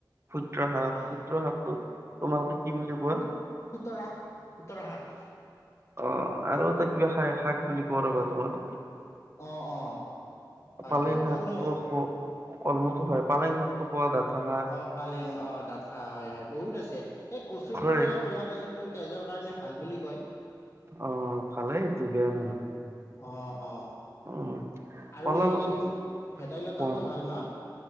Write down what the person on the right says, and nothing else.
খুতুৰা শাক,
খুতুৰা শাকটো তোমালোকে কি বুলি কোৱা?
অঁ, আৰু এটা কিবা খাই, শাক বুলি কয় ৰ'বা তোমালোকে!
পালেং
শাক,
অহ্ হ কলমৌটো হয়, পালেং শাকটো পুৰা ডাঠা শাক।
হয়।
অ ভালেই সেইটো বেয়া নহয়।
উম
কলা
কচুটো
ক